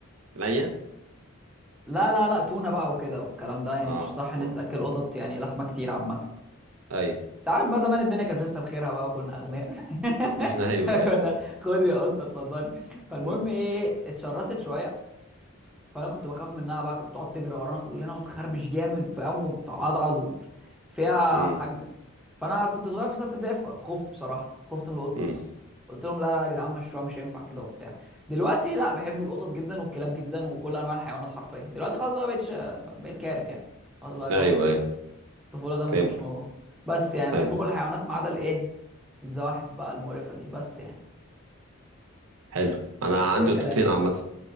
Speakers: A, on the right; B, in the centre.
A: ليا
B: لا لا لا تونة بقى وكده والكلام ده يعني
A: اه
B: مش صح ان
A: اه
B: انت تاكل قطط يعني لحمة كتير عامة
A: ايوه
B: انت عارف بقى زمان الدنيا كانت لسه بخيرها بقى وكنا اغنياء
A: <laughs>
B: <laughs>
A: ايوه ايوه ايوه
B: كنا خد يا قطة اتفضلي فالمهم
A: مم.
B: ايه اتشرست شوية فانا كنت بخاف منها بقى كانت بتقعد تجري ورانا كلنا وتخربش جامد فاهم وتعضعض و- فيها
A: مم.
B: حاجه فانا كنت صغير في سته ابتدائي فك- فخفت بصراحه خفت من القطه
A: مم.
B: قلت لهم لا لا يا جدعان مشروع مش هينفع كده وبتاع دلوقتي لا بحب القطط جدا والكلاب جدا وكل انواع الحيوانات حرفيا دلوقتي خلاص بقى بقيتش بقيت كارف يعني خلاص بقى
A: ايوه
B: جو
A: ايوه
B: الطفوله ده مبقاش
A: فهمت
B: موجود بس يعني
A: حلو
B: بحب كل الحيوانات ما عدا الايه الزواحف بقى المقرفه دي بس يعني
A: حلو انا
B: انت
A: عندي
B: ايه الكلام
A: قطتين عامة